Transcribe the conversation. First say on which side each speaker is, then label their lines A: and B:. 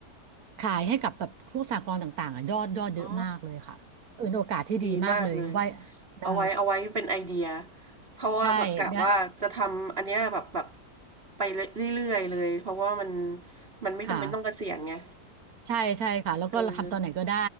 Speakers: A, on the right; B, on the right.
A: ขายให้กับแบบพวกสหกรณ์ต่างๆอะยอดยอดเยอะมากเลยค่ะเออเป็นโอกาสที่ดีมากเลยไว้
B: อ๋อดีมากเลย
A: นะ
B: เอาไว้เอาไว้เป็นไอเดียเพราะว่าแบบกะว่าจะทำอันเนี้ยแบบแบบ
A: ใช่และ
B: ไปรเรื่อยๆเลยเพราะว่ามันมันไม่จำเป็นต้องเกษียณไง
A: ค่ะ ใช่ใช่ค่ะแล้วก็เราทำตอนไหนก็ได้
B: <laughs> เออ